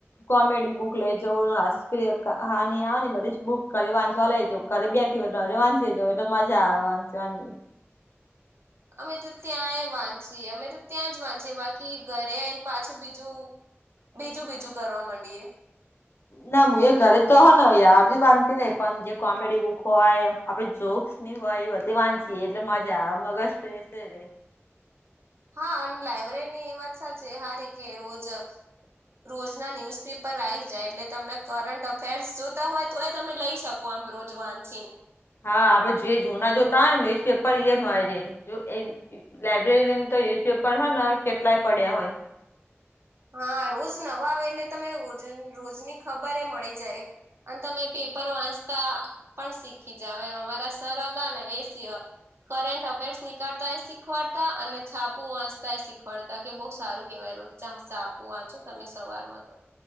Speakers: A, on the left; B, on the right.
A: કોમેડી બુક લેજો હપિય કહાની આવે ને બધી જ બુક ખાલી વાંચવા લઇ જઉ ઘરે બેઠી હોય તારે વાંચી જય તો મજા આવે વાંચવાની
B: અમે તો ત્યાંય વાંચીએ અમે તો ત્યાં જ વાંચીએ બાકી ઘરે આઈને પાછું બીજું બીજું બીજું કરવા માંડીએે
A: ના હું એ ઘરે તો હો ને યાર બ વાંધી નઈ પણ જે કોમેડી બુક હોય આપે જોક ની એ બઘી વાંચી એટલે મજા આવે મગજ ફ્રેશ રે
B: હા અને લાયબ્રેરી ની એ વાત સાચી હારી કે રોજ રોજના ન્યૂઝપેપર આવી જાય એટલે તમને કરંટ અફેર્સ જોતા હોય તો એ તમે લઈ શકો કો આમ રોજ વાંચીન
A: હા આપડે જે જૂના જોતા હોને ન્યુઝ પેપર એ મળે જો એ લાઈબ્રેરી તો નયુઝપેપર હ ને કેટલાય પડ્યા હોય
B: હા રોજ નવા આવે એટલે તમે રોજની ખબર એ મળી જાય અને તમે પેપર વાંચતા પણ શીખી જાવ એ મારા સર હતા ને એ કરટ અફેર્સ નીકળતા એ શીખવાડતા અને છાપુ વાંચતાય શીખવાડતા કે બહુ સારું કેહેવાય રોજ ચા છાપુ વાંચો ને તમે સવાર માં તો